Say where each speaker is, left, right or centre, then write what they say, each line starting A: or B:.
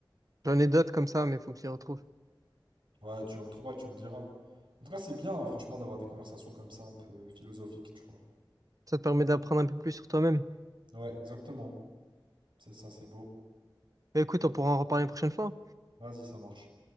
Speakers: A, on the right (about 45°); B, on the right (about 80°).
A: j'en ai d'autres comme ça, mais faut que je les retrouve.
B: Ouais, tu retrouveras, tu me diras. En tout cas, c'est bien, hein, franchement, d'avoir des conversations comme ça, un peu philosophiques, tu vois.
A: Ça te permet d'apprendre un peu plus sur toi-même.
B: Ouais, exactement. C'est ça, c'est beau.
A: Bah, écoute, on pourra en reparler une prochaine fois.
B: Vas-y, ça marche.